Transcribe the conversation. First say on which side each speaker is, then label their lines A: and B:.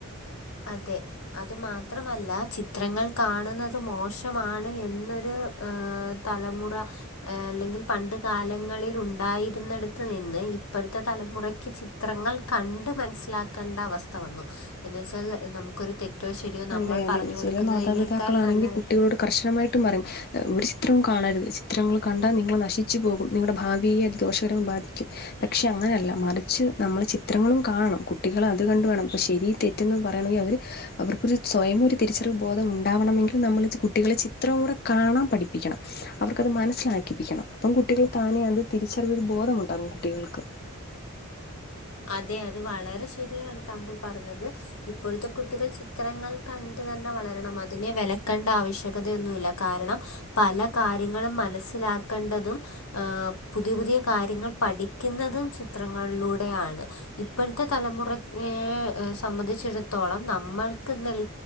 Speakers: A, on the left; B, on the left.
A: അതെ അത് മാത്രമല്ല ചിത്രങ്ങൾ കാണുന്നത് മോശമാണ് എന്നൊരു തലമുറ അല്ലെങ്കിൽ പണ്ട് കാലങ്ങളിൽ ഉണ്ടായിരുന്നിടത്ത് നിന്ന് ഇപ്പോഴത്തെ തലമുറയ്ക്ക് ചി ചിത്രങ്ങൾ കണ്ട് മനസ്സിലാക്കേണ്ട അവസ്ഥ വന്നു എന്നന്ന് വെച്ചാൽ നമുക്കൊരു തെറ്റ്. തെറ്റോ ശരിയോ
B: അതെ
A: നമ്മൾ
B: അതെ
A: പറഞ്ഞ് കൊടുക്കുന്നതിനേക്കാൾ
B: ചില മാതാപിതാക്കളാണെങ്കിൽ
A: നല്ലതായിട്ട്
B: കുട്ടികളോട് കർശനമായിട്ടും പറയും ഒരു ചിത്രവും കാണരുത് ചിത്രങ്ങൾ കണ്ടാൽ നിങ്ങളെ നശിച്ചു പോകും. നിങ്ങളുടെ ഭാവിയെ അത് ദോഷകരം ബാധിക്കും. പക്ഷെ അങ്ങനല്ല മറിച്ച് നമ്മള് ചിത്രങ്ങളും കാണണം കുട്ടികള അത് കണ്ട് വേണം ഇപ്പ ശരി തെറ്റെന്ന് പറയണമെങ്കിൽ അവർ അവർക്ക് ഒരു സ്വയമൊരു തിരിച്ചറിവ് ബോധം ഉണ്ടാവണമെങ്കിൽ നമ്മൾ കുട്ടികളെ ചിത്രം കൂടെ കാണാൻ പഠിപ്പിക്കണം. അവർക്കത് മനസ്സിലാക്കിപ്പിക്കണം അപ്പം കുട്ടികൾ താനെ അത് തിരിച്ചറിവ ഒരു ബോധമുണ്ടാകും. കുട്ടികൾക്ക്.
A: അതെ അത് വളരെ ശരിയാണ്. താങ്കൾ പറഞ്ഞത്. ഇപ്പോഴത്തെ കുട്ടികൾ ചിത്രങ്ങൾ കണ്ട് തന്നെ വളരണം അതിനെ വിലക്കേണ്ട. ആവശ്യകതയൊന്നുമില്ല. കാരണം പല കാര്യങ്ങളും മനസ്സിലാക്കേണ്ടതും ആഹ് പുതിയ പുതിയ കാര്യങ്ങൾ പഠിക്കുന്നതും ചിത്രങ്ങളിലൂടെയാണ് ഇപ്പോഴത്തെ തലമുറയെ സംബന്ധിച്ചിടത്തോളം നമ്മൾക്ക് നെൽ